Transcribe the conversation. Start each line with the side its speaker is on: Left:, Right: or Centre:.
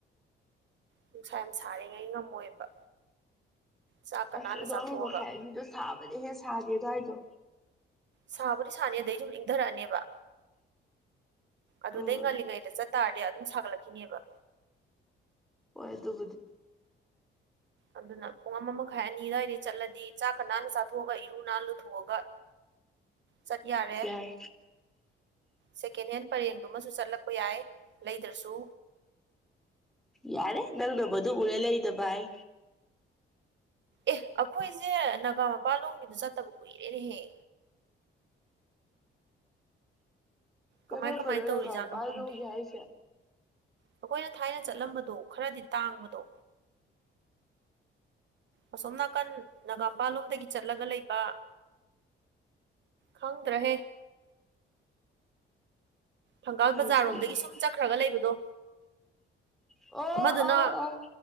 Right: ꯅꯨꯡꯁꯥ ꯌꯥꯝ ꯁꯥꯔꯤꯉꯩ ꯉꯝꯃꯣꯏꯕ ꯆꯥꯛꯀ
Centre: ꯑꯁ
Right: ꯅꯥꯟꯅ
Centre: ꯑꯗꯣ
Right: ꯆꯥꯊꯣꯛꯑꯒ
Centre: ꯑꯅꯤ ꯃꯈꯥꯏ ꯑꯅꯤꯗꯣ ꯁꯥꯕꯗꯤ ꯍꯦꯛ ꯁꯥꯗꯦ ꯑꯗꯨꯗꯋꯥꯏꯗꯣ
Right: ꯁꯥꯕꯨꯗꯤ ꯁꯥꯅꯤ ꯑꯗꯩ ꯑꯗꯨꯝ ꯏꯪꯊꯔꯛꯑꯅꯦꯕ ꯑꯗꯨꯗꯩ
Centre: ꯑꯥ
Right: ꯉꯜꯂꯤꯉꯩꯗ ꯆꯠꯇꯥꯥꯔꯗꯤ ꯑꯗꯨꯝ ꯁꯥꯒꯠꯂꯛꯈꯤꯅꯦꯕ
Centre: ꯍꯣꯏ ꯑꯗꯨꯕꯨꯗꯤ
Right: ꯑꯗꯨꯅ ꯄꯨꯡ ꯑꯃ ꯃꯈꯥꯏ ꯑꯅꯤ ꯑꯗꯨꯋꯥꯏꯗꯩ ꯆꯠꯂꯗꯤ ꯆꯥꯛꯀ ꯅꯥꯟꯅ ꯆꯥꯊꯣꯛꯑꯒ ꯏꯔꯨ ꯅꯥꯟꯅ ꯂꯨꯊꯣꯛꯑꯒ ꯆꯠ ꯌꯥꯔꯦ
Centre: ꯌꯥꯏ
Right: ꯁꯦꯀꯦꯟ ꯍꯦꯟ ꯄꯔꯦꯡꯗꯨꯃꯨ ꯆꯠꯂꯛꯄ ꯌꯥꯏ ꯂꯩꯗ꯭ꯔꯁꯨ
Centre: ꯌꯥꯔꯦ ꯅꯪꯅꯨ ꯎꯔꯦ ꯂꯩꯗꯚꯥꯏ
Right: ꯑꯦ ꯑꯩꯈꯣꯏ ꯑꯩꯁꯦ ꯅꯅꯥꯒꯥ ꯃꯄꯥꯜꯂꯣꯝꯒꯤꯗ ꯆꯠꯇꯕ ꯀꯨꯏꯔꯦꯅꯦꯍꯦ
Centre: ꯀꯔꯣ
Right: ꯀꯃꯥꯏ ꯀꯃꯥꯏ
Centre: ꯐꯔ
Right: ꯇꯧꯔꯤꯖꯥꯠꯅꯣ
Centre: ꯂꯒꯥꯎꯄꯔ
Right: ꯈꯪꯗꯦ
Centre: ꯂ ꯌꯥꯏꯁ
Right: ꯑꯩꯈꯣꯏꯅ ꯊꯥꯏꯅ ꯆꯠꯂꯝꯕꯗꯣ ꯈꯔꯗꯤ ꯇꯥꯡꯕꯗꯣ ꯑꯁꯣꯝ ꯅꯥꯀꯟ ꯅꯅꯥꯒꯥꯝꯄꯥꯜꯂꯣꯝꯗꯒꯤ ꯆꯠꯂꯒ ꯂꯩꯕ ꯈꯪꯗ ꯔꯦ ꯊꯪꯒꯥꯜ
Centre: ꯑꯩ
Right: ꯕꯖꯥꯔꯣꯝꯗꯒꯤ
Centre: ꯈꯪꯗ꯭ꯔꯦ
Right: ꯁꯨꯝ ꯆꯠꯈ꯭ꯔꯒ ꯂꯩꯕꯗꯣ
Centre: ꯑꯣ
Right: ꯑꯃꯗꯨꯅ
Centre: ꯑꯣ ꯑ